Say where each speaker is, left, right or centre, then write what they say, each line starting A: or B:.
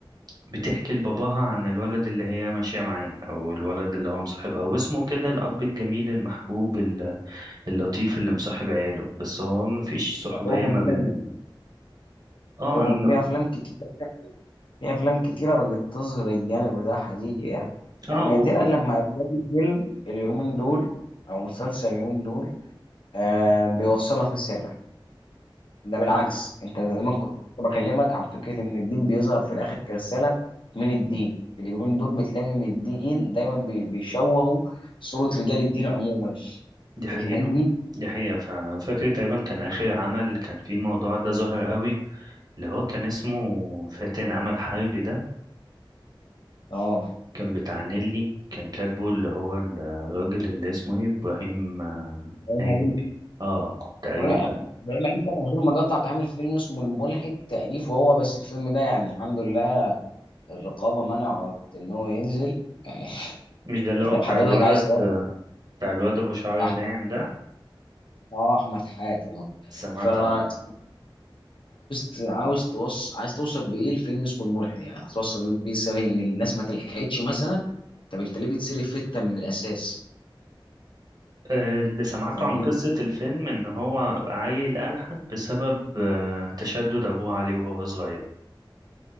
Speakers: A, on the right (about 50°); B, on the left (about 70°).
A: بتحكي لباباها عن الولد اللي هي ماشية معاه أو الولد اللي هو مصاحبها واسمه كده الأب الجميل المحبوب ال- اللطيف اللي مصاحب عياله بس هو مفيش صحوبية
B: هتبقى
A: ما بين
B: مهمة.
A: ال... اه
B: لو
A: إن-
B: في افلام كتير في افلام كتيره بقت تظهر الجانب ده حقيقي يعني لا
A: اه
B: نادرا
A: و...
B: لما هتلاقي فيلم اليومين دول او مسلسل اليومين دول آه بيوصل لك رساله ده بالعكس
A: فعلا
B: انت زمان كنت بكلمك عن فكره ان الدين بيظهر في الاخر كرساله من الدين اليومين دول بتلاقي ان الدين دايما بي- بيشوهوا صوره رجال الدين عموما
A: دي حقيقة
B: انت فاهمني
A: دي حقيقة فعلا فاكر تقريبا كان آخر عمل كان فيه الموضوع ده ظاهر قوي اللي هو كان اسمه فاتن عمل حربي ده
B: اه
A: كان بتاع نيلي كان كاتبه اللي هو الراجل اللي اسمه ايه إبراهيم آه،
B: ابراهيم
A: حاجة
B: عيد
A: كده. اه تقريبا
B: ابراهيم عيد ده من غير ما اقاطعك عامل فيلم اسمه الملحد تأليف وهو بس الفيلم ده يعني الحمد لله الرقابه منعت ان هو ينزل يعني <laughs>
A: مش ده اللي هو
B: طب
A: بتاع
B: حضرتك
A: الولد
B: عايز تقول-
A: بتاع الواد ابو شعر
B: أح-
A: ناعم ده
B: اه احمد حاتم آه.
A: سمعت
B: فعاوز
A: عنه
B: ت- عاوز توصل عايز توصل بايه الفيلم اسمه الملحد يعني هتوصل بيه رساله ان الناس ما تلحقتش مثلا طب انت ليه بتصير الفتة من الاساس
A: آه، اللي سمعته
B: انت فاهمني
A: عن قصة الفيلم ان هو عيل ألحد بسبب آه، تشدد ابوه عليه وهو صغير